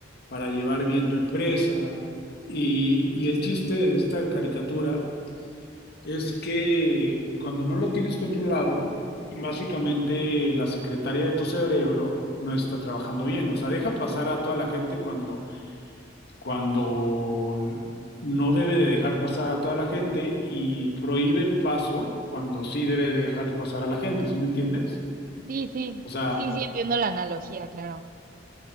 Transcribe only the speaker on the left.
para llevar bien tu empresa. Y, y el chiste de esta caricatura es que cuando no lo tienes controlado, básicamente la secretaria de tu cerebro no está trabajando bien. O sea, deja pasar a toda la gente cuando cuando no debe de dejar pasar a toda la gente y prohíbe el paso cuando sí debe de dejar pasar a la gente, ¿sí me entiendes?
O sea,